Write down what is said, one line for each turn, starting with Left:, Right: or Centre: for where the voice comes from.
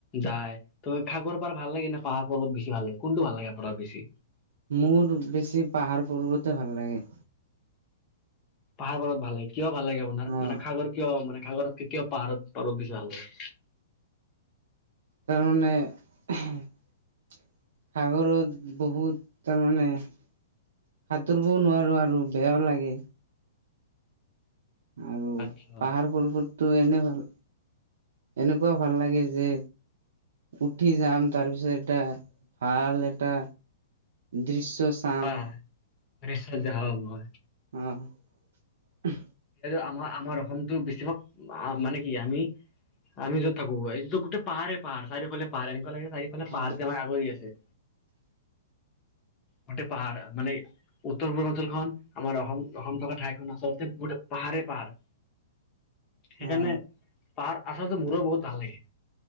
Left: যায়। তই সাগৰ পাৰ ভাল লাগে নে পাহাৰ পৰ্বত ভাল লাগে বেছি ভাল লাগে কোনটো ভাল লাগে আপোনাক বেছি?
Right: মোৰ বেছি পাহাৰ পৰ্বতে ভাল লাগে।
Left: পাহাৰ পৰ্বত ভাল লাগে, কিয় ভাল লাগে আপোনাৰ
Right: অ
Left: মানে সাগৰ কিয় মানে সাগৰতকে কিয় পাহাৰত অলপ বেছি ভাল লাগে?
Right: তাৰ মানে। সাগৰত বহুত তাৰমানে। সাঁতুৰিবও নোৱাৰো আৰু বেয়াও লাগে। আৰু
Left: আচ্ছা
Right: পাহাৰ ফটো এনে ভাল। এনেকুৱা ভাল লাগে যে। উঠি যাম তাৰপিছত এটা ভাল এটা দৃশ্য। চাম
Left: হয় হয় নিশ্চয় যাম হয়
Right: অ।
Left: আমাৰ আমাৰ অসমতটো বেছিভাগ মানে কি আমি। আমি যত থাকো একদম গোটেই পাহাৰেই পাহাৰ চাৰিওফালে পাহাৰ এনেকোৱা লাগে চাৰিফালে
Right: অ
Left: পাহাৰে আগৰি আছে।
Right: <unintelligible>
Left: গোটেই পাহাৰ মান উত্তৰ পূৰ্বাঞ্চলখন আাৰ অসম অসম থকা ঠাইখন আচলতে গো। পাহাৰে পাহাৰ সেইকাৰণে
Right: অ
Left: পাহাৰ আচলতে মোৰো বহুত ভাল লাগে।